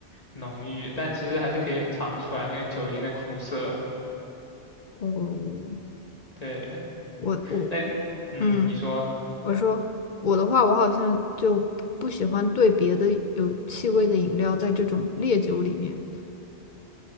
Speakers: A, on the left; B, on the left.
A: 浓郁，但其实还是可以尝出来那个酒精的苦涩。
B: 我
A: 对，
B: 我我，
A: 那嗯，
B: 嗯，
A: 你说，
B: 我说我的话，我好像就不喜欢兑别的有气味的饮料在这种烈酒里面。